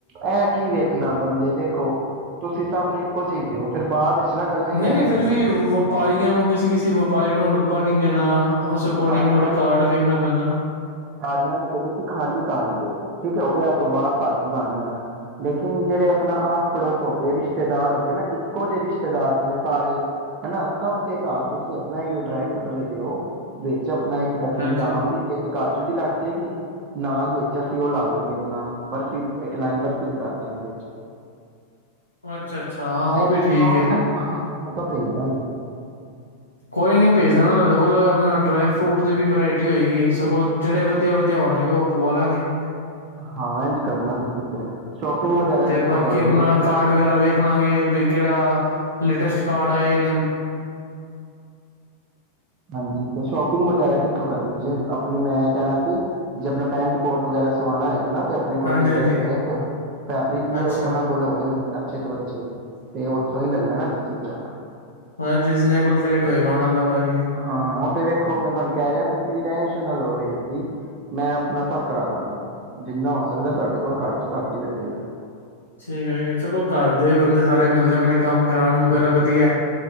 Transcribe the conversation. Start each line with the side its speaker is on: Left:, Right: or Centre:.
Right: ਐਂ ਕੀ ਵੇਖਣਾ, ਬੰਦੇ ਦੇਖੋ, ਤੁਸੀਂ ਸਭ ਨੂੰ ਇੱਕੋ ਜਿਹੀ ਦਿਓ, ਫਿਰ ਬਾਅਦ ਨਾ ਗੱਲਾਂ
Left: ਨਹੀਂ-
Right: ਹੀ ਰਹਿ
Left: ਨਹੀਂ
Right: ਜਾਂਦੀਆਂ
Left: ਫਿਰ ਵੀ
Right: ਜੇ
Left: ਵਪਾਰੀਆਂ ਨੂੰ, ਕਿਸੇ -ਕਿਸੇ ਵਪਾਰੀ ਨੂੰ ਡੱਬਾ ਨਹੀਂ ਦੇਣਾ? ਉਸ ਅਕੋਰਡਿੰਗ
Right: ਵਪਾਰੀਆਂ
Left: ਥੋੜਾ ਕਾਰਡ
Right: ਨੂੰ
Left: ਵੇਖਣਾ ਪੈਂਦਾ ਨਾ
Right: ਵਪਾਰੀਆਂ ਨੂੰ, ਤੇ ਤੁਸੀਂ ਖਾਲੀ ਕਾਰਡ ਦਿਓ। ਠੀਕ ਹੈ, ਉਹ ਵਿਆਹ ਤੋਂ ਬਾਅਦ ਭਾਜੀ ਬੰਨ ਦੇਣਾ, ਲੇਕਿਨ ਜਿਹੜੇ ਆਪਣਾ ਆਸ ਪੜੋਸ ਹੋ ਗਏ, ਰਿਸ਼ਤੇਦਾਰ ਹੋ ਗਏ ਨਾ, ਇੱਕੋ ਜਿਹੇ ਰਿਸ਼ਤੇਦਾਰ, ਜਿਵੇ ਸਾਰੇ ਹਨਾ ਸਭ ਦੇ ਘਰ ਤੁਸੀਂ ਆਪਣਾ ਹੀ ਉਹ ਡਰਾਈ -ਫਰੂਟ ਲੈ ਦਿਓ। ਜੀ। ਆਪਣਾ ਇੱਕ ਡੱਬੀ
Left: ਹਾਂਜੀ
Right: ਬਦਾਮ ਦੀ, ਇੱਕ ਕਾਜੂ ਦੀ ਲੱਗ ਜਾਏਗੀ। ਨਾਲ ਵਿੱਚ ਅਸੀਂ ਉਹ ਲਾ ਦਾਂਗੇ, ਆਪਣਾ ਬਰਫ਼ੀ, ਇੱਕ ਲਾਈਨ ਬਰਫ਼ੀ ਦੀ ਕਰ ਦਾਂਗੇ ਵਿੱਚ।
Left: ਉਹ ਅੱਛਾ ਅੱਛਾ ਹਾਂ ਉਹ
Right: ਜੇ
Left: ਵੀ
Right: ਤੁਸੀਂ
Left: ਠੀਕ
Right: ਕਹੋਗੇ
Left: ਹੈ
Right: ਨਾ, ਤੁਹਾਨੂੰ ਅਸੀਂ ਫੋਟੋ ਭੇਜ ਦਾਂਗੇ।
Left: ਕੋਈ ਨੀ ਭੇਜ ਦੇਣਾ, ਤੁਹਾਡੇ ਕੋਲ ਆਪਣਾ ਡਰਾਈ- ਫਰੂਟ ਦੀ ਵੀ ਵਰਾਇਟੀ ਹੋਏਗੀ। ਸਗੋਂ ਜਿਹੜੇ ਵਧੀਆ- ਵਧੀਆ ਹੋਣਗੇ ਉਹ ਪਵਾ ਲਾਂਗੇ।
Right: ਹਾਂ, ਇੰਝ ਕਰਨਾ ਤੁਸੀਂ ਫਿਰ। ਸ਼ੋਪਿੰਗ ਵਗੈਰਾ
Left: ਤੇ
Right: ਕਿੱਥੋਂ
Left: ਬਾਕੀ
Right: ਕਰੋਗੇ
Left: ਆਪਣਾ, ਕਾਰਡ ਵਗੈਰਾ ਵੇਖ ਲਾਂਗੇ ਬ ਕਿਹੜਾ ਲੇਟਸਟ ਕਾਰਡ, ਆੇਨਮ
Right: ਹਾਂਜੀ ਤੇ ਸ਼ੋਪਿੰਗ ਵਗੈਰਾ ਕਿੱਥੋਂ ਕਰਨੀ ਜੇ? ਆਪਣੀ ਮੈਂ ਕਹਿਣਾ ਸੀ, ਜੇ ਆਪਣਾ ਪੈਂਟ -ਕੋਟ ਵਗੈਰਾ ਸਵਾਉਣਾ ਹੈਗਾ ਨਾ। ਆਪਣੇ ਕੋਲ
Left: ਹਾਂਜੀ
Right: ਟੇਲਰ
Left: ਹਾਂਜੀ
Right: ਹੈਗਾ ਇੱਕ, ਫੈਬਰਿਕ ਵੀ
Left: ਅੱਛਾ
Right: ਉਹਨਾਂ ਕੋਲ ਹੋ ਗਏ ਨੇ। ਚਤ <inaudible> ਅੱਾ ਤੇ ਉੱਥੋਂ ਹੀ ਲੈ ਲੈਣਾ ਤੁਸੀਂ ਹੂੰ
Left: ਮ ਰੀਜਨੇਬਲ ਰੇਟ ਹੋਏਗਾ ਉਹਨਾਂ ਦਾ ਭਾਜੀ
Right: ਹਾਂ ਉਹ ਤੇ ਵੇਖੋ ਮੈਂ ਤੁਹਾਨੂੰ ਕਹਿ ਰਿਹਾ ਤੁਸੀਂ ਟੇਂਸ਼ਨ ਨਾ ਲਓ ਰੇਟ ਦੀ ਮੈਂ ਆਪਣਾ ਸਭ ਕਰਾ ਦਾਂਗਾ ਜਿੰਨਾ ਹੋ ਸਕਦਾ ਤੁਹਾਡੇ ਕੋਲ ਘੱਟ ਤੋਂ ਘੱਟ ਹੀ ਲੱਗੇਗਾ
Left: ਠੀਕ ਹੈ ਠੀਕ ਹੈ ਚਲੋ ਘਰਦੇ ਬੰਦੇ ਸਾਰੇ ਮਿਲਦੇ ਮੈਨ ਕੰਮ ਕਰਾਉਣ ਨੂੰ ਫੇਰ ਵਧੀਆ